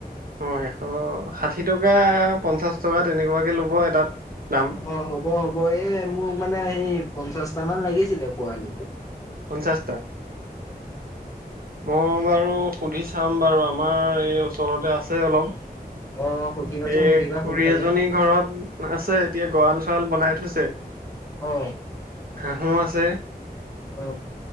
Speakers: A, on the right; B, on the left.
A: অ এশ ষাঠি টকা, পঞ্চাশ টকা তেনেকুৱাকে ল'ব এটাত দাম।
B: অ হ'ব হ'ব এই মোক মানে সেই পঞ্চাশটা মান লাগিছিলে পোৱালী।
A: পঞ্চাছটা? মই বাৰু সুধি চাম বাৰু আমাৰ এই ওচৰতে আছে অলপ।
B: অ', সুধিবাচোন
A: এ
B: সুধিবা
A: খুৰী
B: সোনকালে
A: এজনী ঘৰত আছে, এতিয়া গঁৰাল-চৰাল বনাই থৈছে।
B: অ।
A: হাঁহো আছে।
B: অ।